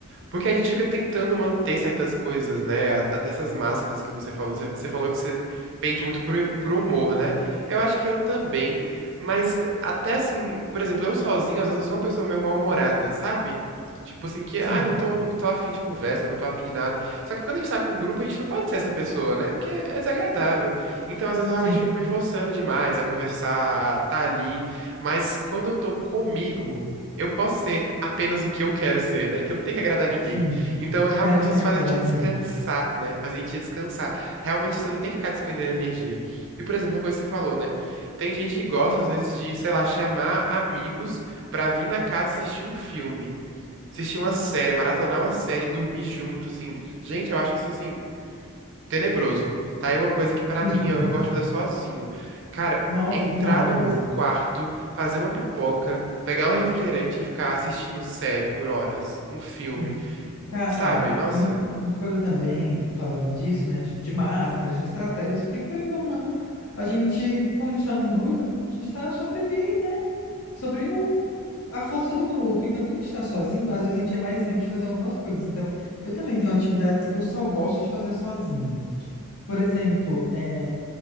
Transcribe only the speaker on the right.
Porque a gente fica tentando manter certas coisas, né? A- Até essas máscaras que você falou. Você você falou que você pende muito pro, pro humor, né? Eu acho que eu também. Mas eh, até assim, por exemplo, eu sozinho, às vezes eu sou uma pessoa meio mal-humorada, sabe? Tipo assim, que,
ah, não tô, não tô afim de conversa, não tô afim de nada. Só que quando a gente tá com um grupo, a gente não pode ser essa pessoa, né? Porque é desagradável. Então, às vezes, eu
realmente fico me forçando demais a conversar, a tá ali. Mas quando eu tô comigo eu posso ser apenas o que eu quero ser, né? Que eu não tenho que agradar ninguém.
Então, é, realmente,
isso
faz
a gente
descansar, né? Faz a gente descansar. Realmente, você não tem que ficar despendendo energia. E, por exemplo, uma coisa que você falou, né? Tem gente que gosta, às vezes, de, sei lá, chamar amigos pra vir na casa assistir um filme, assistir uma série, maratonar uma série, dormir junto, assim. Gente, eu acho isso, assim, Tenebroso. Tá? É uma coisa que pra
mim eu, eu gosto de fazer sozinho. Cara,
entrar
no meu quarto, fazer uma pipoca, pegar um refrigerante e ficar assistindo série por horas, um filme,
sabe? Nossa,